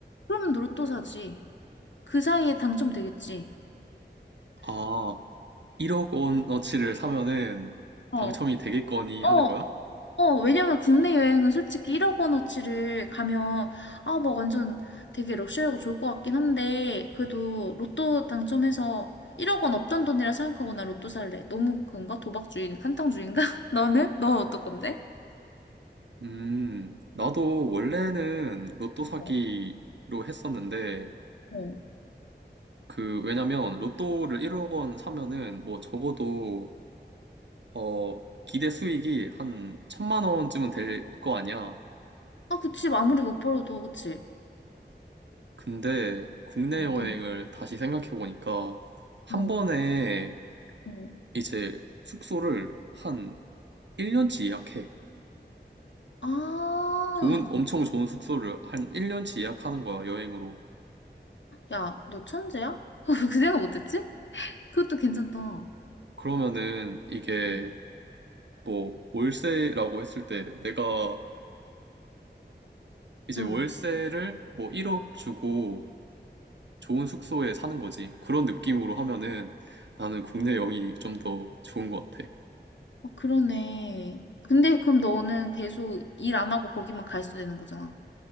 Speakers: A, on the left; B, on the right.
A: 그러면 로또 사지. 그 사이에 당첨되겠지.
B: 아, 1억 원어치를 사면은
A: 어,
B: 당첨이 되겠거니
A: 어,
B: 하는 거야?
A: 어, 왜냐면 국내 여행은 솔직히 1억 원어치를 가면, 아, 뭐 완전 되게 럭셔리하고 좋을 것 같긴 한데, 그래도 로또 당첨해서 1억 원 없던 돈이라 생각하고 나 로또 살래. 너무 그건가? 도박주의, 한탕주의인가? <laughs> 너는? 넌 어떨 건데?
B: 음, 나도 원래는 로또 사기로
A: 어,
B: 했었는데,
A: 어.
B: 그, 왜냐면, 로또를 1억 원 사면은, 뭐, 적어도, 어, 기대 수익이 한 천만 원쯤은 될 거 아니야.
A: 아, 그치. 아무리 못 벌어도, 그치.
B: 근데, 국내
A: 어
B: 여행을
A: 근데,
B: 다시 생각해보니까, 한
A: 어,
B: 번에,
A: 어.
B: 이제, 숙소를 한 1년치 예약해.
A: 아,
B: 좋은, 엄청 좋은 숙소를 한 1년치 예약하는 거야, 여행으로.
A: 야, 너 천재야? <laughs> 그 생각 못했지? 그것도 괜찮다.
B: 그러면은, 이게,
A: 응
B: 뭐, 월세라고 했을 때, 내가, 이제
A: 응.
B: 월세를 뭐 1억 주고, 좋은 숙소에 사는 거지. 그런 느낌으로 하면은 나는 국내 여행이 좀 더 좋은 것 같아.
A: 어, 그러네. 근데 그럼 너는 계속 일 안 하고 거기만 가 있어야 되는 거잖아.